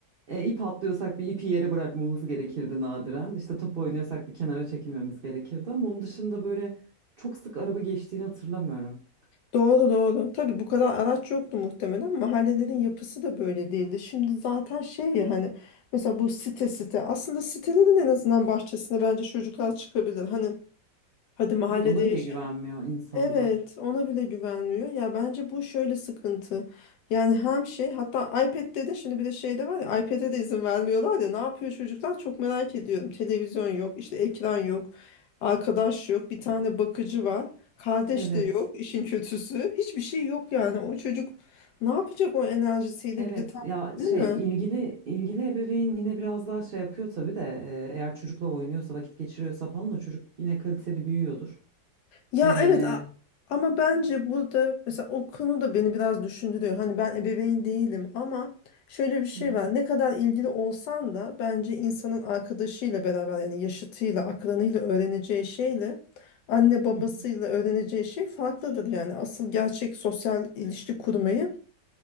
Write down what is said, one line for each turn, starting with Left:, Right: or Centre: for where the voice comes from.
Right: e, ip atlıyorsak bir ipi yere bırakmamız gerekirdi nadiren. İşte top oynuyorsak bir kenara çekilmemiz gerekirdi ama onun dışında böyle çok sık araba geçtiğini hatırlamıyorum.
Left: Doğru doğru. Tabii bu kadar araç yoktu muhtemelen. Mahallelerin yapısı da böyle değildi. Şimdi zaten şey ya hani mesela bu site site aslında sitelerin en azından bahçesine bence çocuklar çıkabilir. Hani hadi mahallede
Right: Evet ona bile güvenmiyor insanlar.
Left: Evet, ona bile güvenmiyor. Ya bence bu şöyle sıkıntı. Yani hem şey hatta iPad'de de şimdi bir de şey de var ya iPad'e de izin vermiyorlar ya ne yapıyor çocuklar çok merak ediyorum. Televizyon yok, işte ekran yok, arkadaş yok, bir tane bakıcı var. Kardeş
Right: Evet.
Left: de yok, işin kötüsü. Hiçbir şey yok yani. O çocuk ne yapacak o enerjisiyle
Right: Evet
Left: bir de tam
Right: ya şey
Left: değil mi?
Right: ilgili ilgili ebeveyn yine biraz daha şey yapıyor tabii de e, eğer çocukla oynuyorsa vakit geçiriyorsa falan da çocuk yine kaliteli büyüyordur.
Left: Ya
Right: E,
Left: evet a- ama bence burada mesela o konu da beni biraz düşündürüyor. Hani ben ebeveyn değilim ama şöyle bir şey
Right: Hı hı,
Left: var. Ne kadar ilgili olsan da bence insanın arkadaşıyla beraber yani yaşıtıyla, akranıyla öğreneceği şeyle anne babasıyla
Right: hı hı.
Left: öğreneceği şey farklıdır. Yani asıl gerçek sosyal ilişki kurmayı